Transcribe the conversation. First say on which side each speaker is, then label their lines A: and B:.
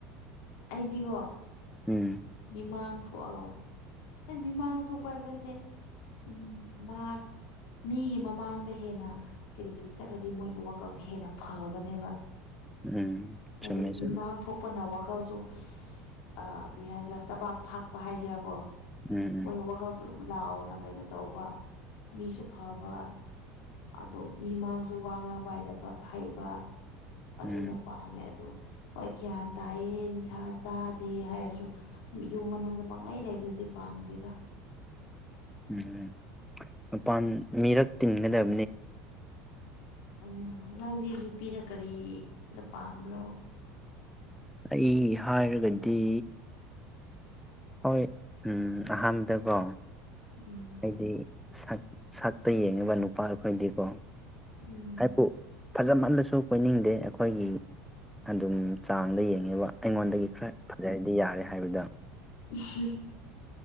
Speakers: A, on the left (about 65°); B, in the centre.
A: ꯑꯩꯗꯤꯀꯣ
B: ꯎꯝ
A: ꯃꯤꯃꯥꯡ ꯊꯣꯛꯑꯒ ꯍꯣꯏ ꯃꯤꯃꯥꯡ ꯊꯣꯛꯄ ꯍꯥꯏꯕꯁꯦ ꯎꯝ ꯃꯥ ꯃꯤꯒꯤ ꯃꯃꯥꯡꯗ ꯍꯦꯟꯅ ꯀꯔꯤ ꯀꯔꯤ ꯆꯠꯂꯗꯤ ꯃꯣꯏꯒꯤ ꯋꯥꯈꯜꯁꯦ ꯍꯦꯟꯅ ꯐꯕꯅꯦꯕ
B: ꯎꯝ
A: ꯍꯥꯏꯗꯤ
B: ꯆꯨꯝꯃꯦ ꯆꯨꯝꯃꯦ
A: ꯃꯤꯃꯥꯡ ꯊꯣꯛ ꯄꯨꯟꯅ ꯋꯥꯈꯜꯖꯨ ꯑ ꯀꯔꯤ ꯍꯥꯏꯖꯤꯔꯥ ꯆꯕꯥꯛ ꯐꯥꯛꯄ ꯍꯥꯏꯖꯤꯔꯀꯣ
B: ꯎꯝ
A: ꯃꯣꯏꯅ ꯋꯥꯈꯜꯁꯨ ꯑꯗꯨꯝ ꯂꯥꯎꯅ ꯀꯩꯅꯣ ꯇꯧꯕ ꯃꯤꯁꯨ ꯐꯕ ꯑꯣꯗꯣ ꯃꯤꯃꯥꯁꯨ ꯋꯥ ꯉꯥꯡꯕ ꯍꯥꯏꯗꯕ ꯍꯩꯕ ꯑꯗꯨꯅ
B: ꯎꯝ ꯎꯝ
A: ꯄ ꯄꯥꯝꯃꯦ ꯑꯗꯨ ꯍꯣꯏ ꯒ꯭ꯌꯥꯟ ꯇꯥꯏꯌꯦ ꯅꯤꯁꯥ ꯆꯥꯗꯦ ꯍꯥꯏꯔꯁꯨ ꯌꯨꯝ ꯃꯅꯨꯡꯗ ꯄꯪꯂꯩ ꯂꯩꯕꯗꯨꯗꯤ ꯄꯥꯝꯗꯦꯗ
B: ꯎꯝ ꯃꯄꯥꯟ ꯃꯤꯔꯛ ꯇꯤꯟꯒꯗꯕ
A: ꯎꯝ ꯅꯪꯗꯤ ꯅꯨꯄꯤꯗ ꯀꯔꯤꯗ ꯄꯥꯝꯕ꯭ꯔꯣ
B: ꯑꯩ ꯍꯥꯏꯔꯒꯗꯤ ꯍꯣꯏ ꯎꯝ ꯑꯍꯥꯟꯕꯗꯀꯣ
A: ꯎꯝ
B: ꯑꯩꯗꯤ ꯁꯛ ꯁꯛꯇ ꯌꯦꯡꯉꯕ ꯅꯨꯄꯥ ꯑꯩꯈꯣꯏꯗꯤꯀꯣ
A: ꯎꯝ
B: ꯍꯥꯏꯕꯨꯨ ꯐꯖꯃꯜꯂꯁꯨ ꯀꯣꯏꯅꯤꯡꯗꯦ ꯑꯩꯈꯣꯏꯒꯤ ꯑꯗꯨꯝ ꯆꯥꯡꯗ ꯌꯦꯡꯉꯦꯕ ꯑꯩꯉꯣꯟꯗꯒꯤ ꯈꯔ ꯐꯖꯔꯗꯤ ꯌꯥꯔꯦ ꯍꯥꯏꯕꯗꯣ
A: ꯑꯨꯝꯍꯨꯝ